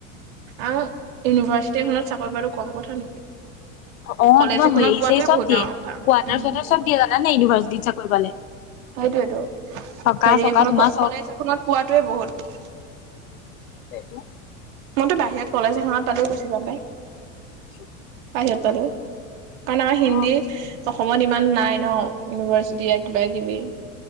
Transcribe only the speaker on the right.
আৰু ইউনিভাৰ্চিটি এখনত চাকৰি পোৱাটো কম কথা নেকি।
কলেজ
এখনত
পোৱাটোৱে
বহুত
ডাঙৰ
কথা। উম,
সেইটোৱেতো
হেৰি
এখন
কলেজ এখনত পোৱাতোৱে বহুত।
মইতো বাহিৰত কলেজ এখনত পালেও গুচি যাম পাই।
বাহিৰত পালো কাৰণ আমাৰ হিন্দী
অসমত ইমান নাই ন, ইউনিভাৰ্চিটি কিবা কিবি।